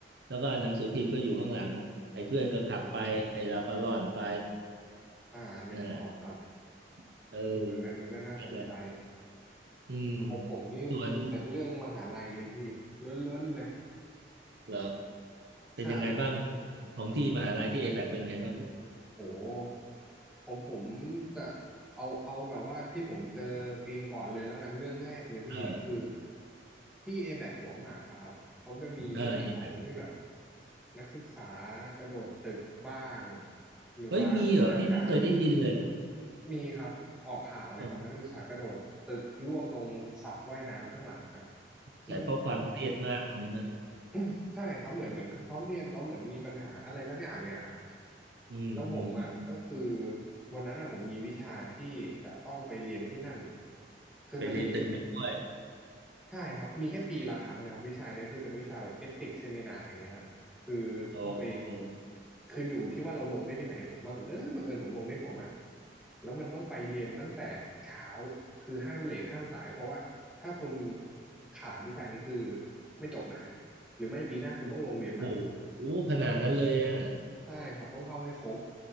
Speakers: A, on the right (about 70°); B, in the centre.
A: แล้วก็หนังสือพิมพ์ก็อยู่ข้างหลังไอ้เพื่อนก็ขับไปไอ้เราก็ล่อนไป
B: อ่านึกออกครับ
A: น่ะเออ
B: เอออันนี้ก็น่าสนใจ
A: นั่นแหละอืม
B: ของผมนี่มีแต่เรื่องมหาลัยเลยพี่
A: ส่วน
B: ล้วนๆเลย
A: เหรอเป็นยังไงบ้าง
B: ใช่ครับ
A: ของที่มหาลัยที่เอแบเป็นไงบ้าง
B: โห ผมผมจะเอาเอาแบบว่าที่ผมเจอเองก่อนเลยแล้วกันเรื่องแรกเลยพี่คือ
A: เออ
B: ที่เอแบกหัวหมากอะครับเขาจะมีเรื่องของที่แบบ
A: เออเอแบ
B: นักศึกษากระโดดตึกบ้างหรือว่าอาจารย์
A: เฮ้ยมีเหรอพี่ไม่เคยได้ยินเลย
B: มีครับออกข่าวเลยครับนักศึกษากระโดดตึกล่วงตรงสระว่ายน้ำข้างหลังฮะ
A: อ๋อ
B: ที่มัน
A: ใช่เพราะความเครียดมากอะมันนะ
B: <coughs> ใช่ครับเหมือนเหมือนเขาเรียนแล้วเหมือนมีปัญหาอะไรสักอย่างเนี่ยฮะ
A: อืมอืมอืม
B: แล้วผมอ่ะก็คือวันนั้นอ่ะผมมีวิชาที่จะต้องไปเรียนที่นั่นคือมันจะมี
A: ไปเรียนตึกนั้นด้วย
B: ใช่ครับมีแค่ปีละครั้งเลยครับวิชาเนี้ยคือเป็นวิชาแบบเอติกเซมินาอย่างเงี้ยฮะคือต้องไป
A: โอ้โห
B: คืออยู่ที่ว่าเราลงได้ที่ไหนผมบังเอิญบังเอิญผมลงได้หัวหมากแล้วมันต้องไปเรียนตั้งแต่เช้าคือห้ามเลทห้ามสายเพราะว่าถ้าคุณขาดวิชานี้คือไม่จบนะหรือไม่ปีหน้าคุณต้องลงเรียนใหม่
A: โอ้โหขนาดนั้นเลยอ่ะ
B: ใช่ครับต้องเข้าให้ครบ